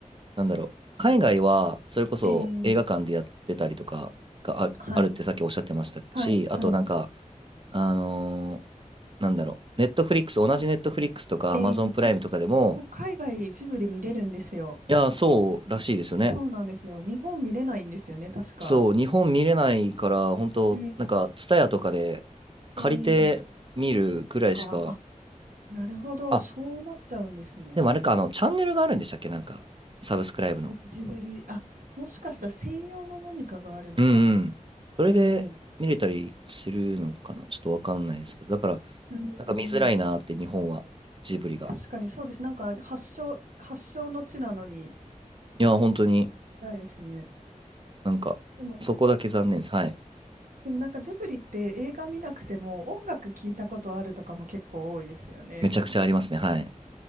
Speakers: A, on the right (about 40°); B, on the right (about 85°).
A: なんだろう。海外は、それこそ映画館でやってたりとかがある、
B: ええはい。
A: あるってさっきおっしゃってましたし、
B: はい、
A: あとなんか、
B: は
A: あのーなんだろう。ネットフリックス、同じネットフリックスとかアマゾンプライムとかでも、
B: い。えー、あ、そう海外ジブリ見れるんですよ。
A: いやそうらしいですよね。
B: そうなんですよ。日本見れないんですよね、確か。
A: そう、日本見れないから、本当なんか、
B: えー、
A: ツタヤとかで借りて見るくらいしか、
B: えーそっか。あ、なるほど。
A: あ、
B: そうなっちゃうんですね。
A: でもあれか、あの、チャンネルがあるんでしたっけなんか、サブスクライブの。
B: ジ、ジブリ。あ、もしかしたら専用の何かがあるのかな
A: うんうん。それで見れたりするのかなちょっとわかんないですけど。
B: え
A: だから、
B: えうん。
A: なんか見づらいなーって、日本は、ジブリが。
B: 確かにそうです。なんか発祥、発祥の地なのに、い
A: いや、本当に、
B: ないですね。
A: なんか、
B: でも、
A: そこだけ残念です。はい。
B: でもなんかジブリって映画見なくても音楽聞いたことあるとかも結構多いですよね。
A: めちゃくちゃありますね。はい。